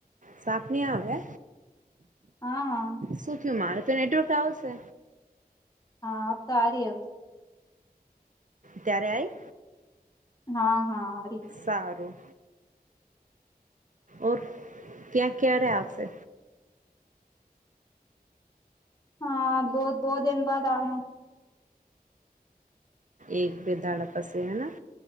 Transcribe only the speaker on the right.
સાફની આવે
સુ થયું <unintelligible> તો નેટવર્ક આવશે
ત્યારે આઈ
સારું ઓર ક્યાં ક્યારે આવશે
એક બેદાડા પાસી હેના